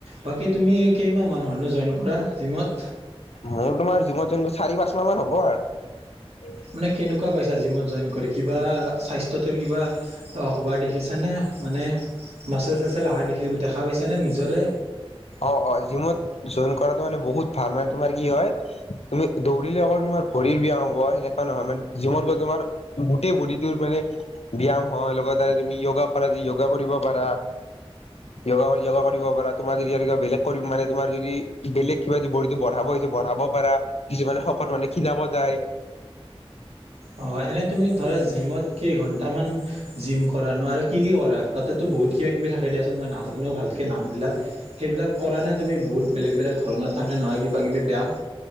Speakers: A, on the right (about 80°); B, on the left (about 85°).
A: বাকী তুমি কেইমাহ মান হ'লনো জয়েন কৰা জিমত
B: মোৰ তোমাৰ জীমত জয়েন চাৰি পাঁচ মাহ মান হ'ব আৰু
A: মানে কেনেকুৱা পাইছা জিমত জয়েন কৰি কিবা স্বাস্থ্যটোৰ কিবা হোৱা দেখিছানে মানে মাচেল চাচেল আহা দেখা দেখা পাইছানে নিজৰে
B: অ অ জিমত জয়েন কৰাটো মানে বহুত ভাল মানে তোমাৰ কি হয় তুমি দৌৰিলে অকল তোমাৰ ভৰিৰ ব্যায়াম হ'ব সেনেকুৱা নহয় মানে জিমত গৈ তোমাৰ গোটেই বডিটোৰ মানে ব্যায়াম হয় লগতে তুমি য়োগা কৰা য়োগা কৰিব পাৰা য়ো য়োগা কৰিব পাৰা তোমাৰ কিবা বেলেগ কৰিম মানে তুমাৰ যদি বেলেগ কিবা যদি বডিটো বঢ়াব হৈছে বঢ়াব পাৰা কিছুমানে শকত মানুহে খিনাব যায়
A: অ এনেই তুমি ধৰা জিমত কেইঘন্টামান জিম কৰা নো আৰু কি কি কৰা তাতেতো বহুত কিবা কিবি থাকে দিয়াচোন মই নাজানো ভালকে নামবিলাক সেইবিলাক কৰা নাই তুমি বহুত বেলেগ বেলেগ ধৰণত থাকে নহয় কিবা কিবি ব্যায়াম